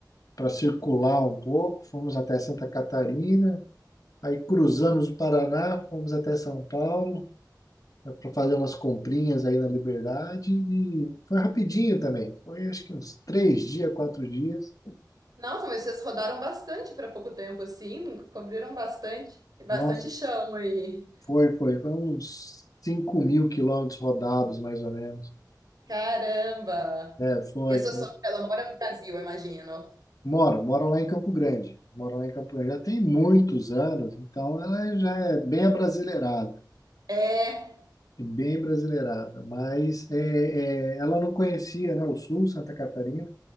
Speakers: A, on the left (about 55°); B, on the right (about 60°).
A: para circular um pouco. Fomos até Santa Catarina, aí cruzamos o Paraná, fomos até São Paulo. para fazer umas comprinhas aí na Liberdade e foi rapidinho também. Foi acho que uns três dias, quatro dias.
B: Nossa, mas vocês rodaram bastante para pouco tempo, assim, não cobriram bastante, bastante
A: Nossa,
B: chão aí.
A: foi, foi. Foi uns 5 mil quilômetros rodados, mais ou menos.
B: Caramba!
A: É, foi,
B: E a sua
A: foi.
B: sogra, ela mora no Brasil, eu imagino.
A: Moro, moro lá em Campo Grande. Moro lá em Campo Grande. Já tem muitos anos, então ela já é bem abrasileirada.
B: É,
A: É Bem brasileirada Mas é, é, ela não conhecia, né, o Sul, Santa Catarina.